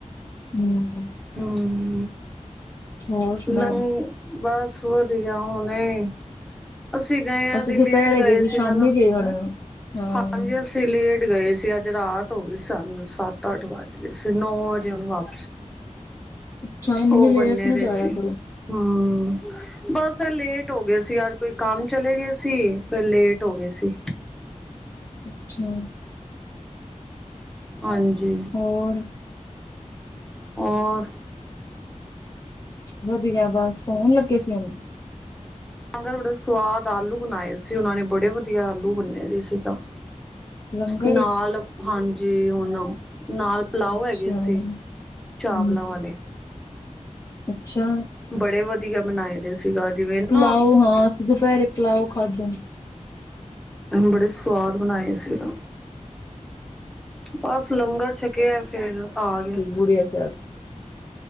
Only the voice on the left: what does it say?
ਹਮ।
ਹੋਰ ਸੁਣਾਓ
ਅਸੀਂ
ਦੁਪਹਿਰੇ ਗਏ ਸੀ,
ਸ਼ਾਮੀ
ਗਏ ਹੋਣੇ। ਹਾਂ
ਅੱਛਾ ਇੰਨੀ
ਲੇਟ
ਨਾ
ਜਾਇਆ
ਕਰੋ
ਅੱਛਾ।
ਹੋਰ
ਵਧੀਆ ਬਸ, ਸੋਹਣ ਲੱਗੇ ਸੀ ਉਹਨੂੰ।
ਲੰਗਰ
ਵਿੱਚ
ਅੱਛਾ
ਹਮ
ਅੱਛਾ।
ਪੁਲਾਓ
ਹਾਂ। ਦੁਪਹਿਰੇ ਪਲਾਓ ਖਾਧਾ। <inaudible>
ਬੜੀਆ ਸਾਹਿਬ।